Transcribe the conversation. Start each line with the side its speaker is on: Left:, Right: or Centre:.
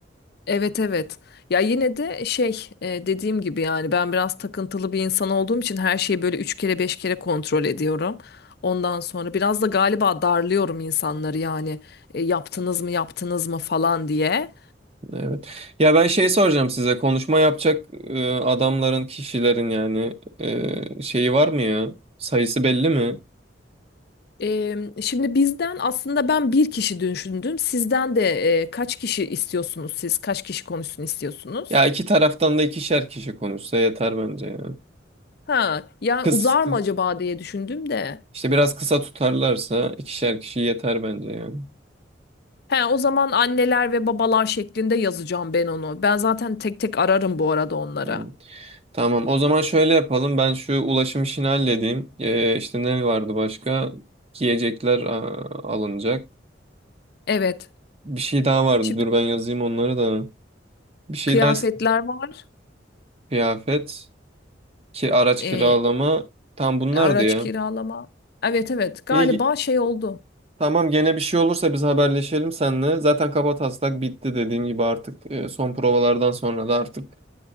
Left: Evet evet. Ya yine de şey e, dediğim gibi yani ben biraz takıntılı bir insan olduğum için her şeyi böyle üç kere beş kere kontrol ediyorum. Ondan sonra biraz da galiba darlıyorum insanları yani e, yaptınız mı yaptınız mı falan diye.
Right: Evet. Ya ben şey soracağım size konuşma yapacak e, adamların kişilerin yani e, şeyi var mı ya? Sayısı belli mi?
Left: E, şimdi bizden aslında ben bir kişi düşündüm. Sizden de e, kaç kişi istiyorsunuz siz? Kaç kişi konuşsun istiyorsunuz?
Right: Ya iki taraftan da ikişer kişi konuşsa yeter bence ya.
Left: Ha ya
Right: Kız,
Left: uzar
Right: kı-
Left: mı acaba diye düşündüm de.
Right: işte biraz kısa tutarlarsa ikişer kişi yeter bence yani.
Left: He, o zaman anneler ve babalar şeklinde yazacağım ben onu. Ben zaten tek tek ararım bu arada onlara.
Right: Hmm. Tamam o zaman şöyle yapalım ben şu ulaşım işini halledeyim. Ee, işte ne vardı başka? Yiyecekler aa, alınacak.
Left: Evet.
Right: Bir şey daha vardı
Left: Şimdi
Right: dur ben yazayım onları da. Bir şey
Left: kıyafetler
Right: daha ist-
Left: var.
Right: kıyafet, ki araç
Left: Ee,
Right: kiralama tam bunlardı
Left: araç
Right: ya.
Left: kiralama. Evet evet. Galiba
Right: İyi
Left: şey oldu.
Right: tamam gene bir şey olursa biz haberleşelim seninle. Zaten kabataslak bitti dediğim gibi artık e, son provalardan sonra da artık